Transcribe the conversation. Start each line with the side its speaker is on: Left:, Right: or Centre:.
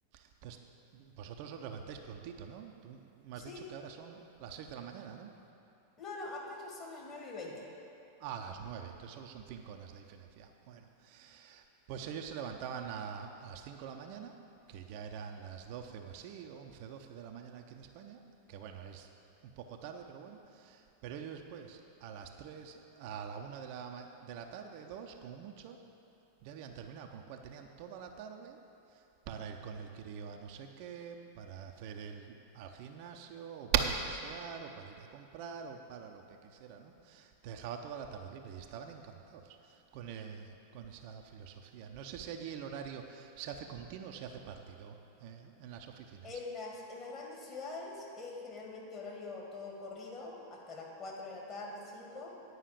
Right: Entonces, vosotros os levantáis prontito, ¿no? Tú me
Left: Sí,
Right: has dicho que ahora son las 6 de la mañana, ¿no?
Left: no, no, acá ya son las 9 y 20.
Right: A las 9. entonces solo son 5 horas de diferencia. Bueno, Pues ellos se levantaban a, a las 5 de la mañana, que ya eran las 12 o así, 11 12 de la mañana aquí en España, que bueno, es un poco tarde, pero bueno. Pero ellos después, a las 3, a la una de la, ma- de la tarde, 2 como mucho, ya habían terminado, con lo cual tenían toda la tarde para ir con el crío a no sé qué, para hacer el al gimnasio, o para pasear, o para ir a comprar, o para lo que quisiera, ¿no? Te dejaba toda la tarde libre y estaban encantados con, eh, con esa filosofía. No sé si allí el horario se hace continuo o se hace partido eh, en las oficinas.
Left: En las, en las grandes ciudades es generalmente horario todo corrido, hasta las 4 de la tarde, 5.